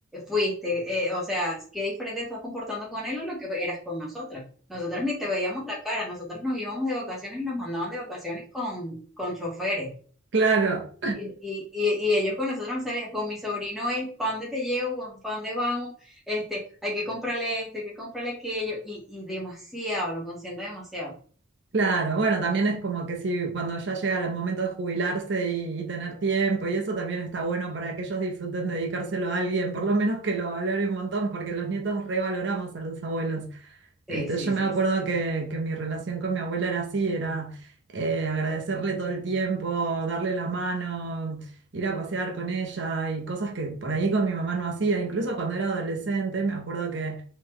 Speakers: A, in the centre; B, on the right.
A: fuiste, eh, o sea, qué diferente estás comportando con él a lo que eras con nosotras. Nosotras ni te veíamos la cara, nosotras nos íbamos de vacaciones y nos mandaban de vacaciones con, con choferes.
B: claro.
A: Y, y, y- y ellos con nosotros no salían, con mi sobrino es, ¿para dónde te llevo? ¿Para dónde vamos? Este, hay que comprarle esto, hay que comprarle aquello, y, y demasiado, lo consiente demasiado.
B: Claro, bueno, también es como que si cuando ya llega el momento de jubilarse y, y tener tiempo y eso también está bueno para que ellos disfruten de dedicárselo a alguien, por lo menos que lo valore un montón, porque los nietos revaloramos a los abuelos.
A: Sí,
B: Este,
A: sí,
B: yo me
A: sí,
B: acuerdo
A: eso sí.
B: que, que mi relación con mi abuela era así, era eh, agradecerle todo el tiempo, darle la mano, ir a pasear con ella y cosas que por ahí con mi mamá no hacía. Incluso cuando era adolescente, me acuerdo que